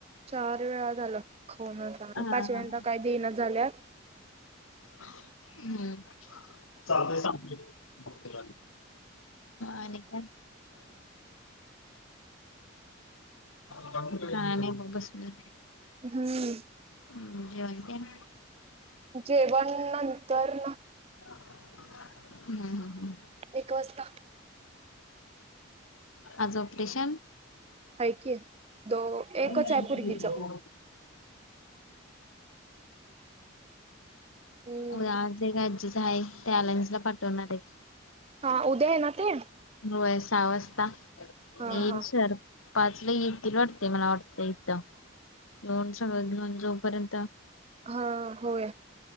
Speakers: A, on the right; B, on the left.
A: चार वेळा झाला खोनचा आणि
B: हा
A: पाच वेळेंत काही देण झाल्या.
B: हम्म चालतय सांग का आणि काय. काही नाही बग बसतोय.
A: हम्म.
B: हम् जेवण केल
A: जेवण नंतर.
B: हम्म हम् हम्.
A: एक वाजता.
B: आज ऑपरेशन.
A: आहे की. दो एकच
B: हम्म
A: आहे पोरगीच हम्म
B: उद ते ग अज्जीच आहे त्याॅलन्स ला पटवणार आहे.
A: हा उदय ना ते?
B: होय सहा वाजता ये
A: हा
B: येल
A: हा
B: सर. पाचला येतील वाटते मला वाटतं इथं. येेऊन सगळं घेऊन जोपर्यंत.
A: हा होय.